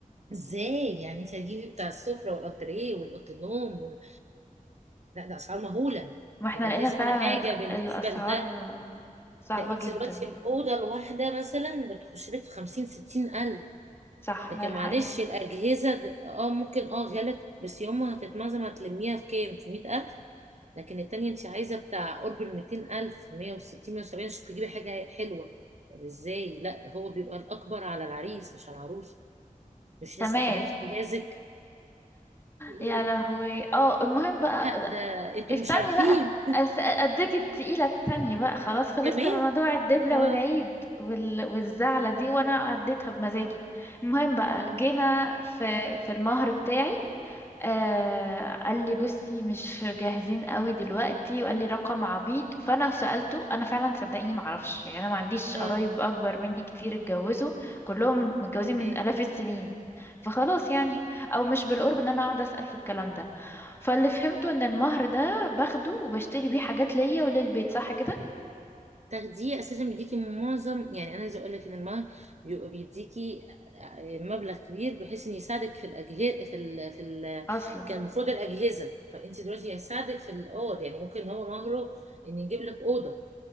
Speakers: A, on the right (about 55°); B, on the left (about 15°).
A: ازاي يعني انت هتجيبي بتاع السفره والانتريه والاوضه النوم وال... لا ده اسعار مهوله
B: ما احنا
A: الاجهزه
B: لقينا فعلا
A: ولا حاجه
B: ال-
A: بالنسبه
B: الاسعار
A: لده
B: صعبه
A: ده انت
B: جدا
A: دلوقتي الاوضه الواحده مثلا بتخش لك في 50 60 الف
B: صح
A: لكن
B: ده الحقيقه
A: معلش الأجهزة د- اه ممكن اه غلط بس يوم ما هتتمزم هتلميها في كام في مية ألف لكن التانية انت عايزة بتاع قرب الميتين ألف مية وستين مية وسبعين عشان تجيبي حاجة حلوة طب ازاي لا هو بيبقى الأكبر على العريس مش على العروس مش
B: كمان
A: لسه كمان في جهازك إيه؟
B: يا لهوي اه المهم بقى
A: لا ده انتوا
B: استني
A: مش عارفين
B: بقى أس... اديك التقيله التانية بقى خلاص خلصنا
A: كمان
B: من موضوع الدبله
A: اه
B: والعيد وال... والزعله دي وانا عديتها بمزاجي المهم بقى
A: اه
B: جينا في في المهر بتاعي آه قال لي بصي مش جاهزين قوي دلوقتي وقال لي رقم عبيط فانا سألته انا فعلا صدقيني ما اعرفش يعني انا ما عنديش
A: اه
B: قرايب اكبر مني كتير اتجوزوا كلهم متجوزين
A: تمام
B: من الاف السنين فخلاص يعني او مش بالقرب ان انا اقعد اسأل في الكلام ده فاللي فهمته ان المهر ده باخده وبشتري بيه حاجات ليا وللبيت صح كده
A: تاخديه اساسا بيديكي معظم يعني انا عايزه اقول لك ان المهر بيبقى بيديكي آه، مبلغ كبير بحيث ان يساعدك في الاجهزه في ال... في ال...
B: اصلا
A: كان المفروض الاجهزه فانت دلوقتي هيساعدك في الاوض يعني ممكن ان هو مهره ان يجيب لك اوضه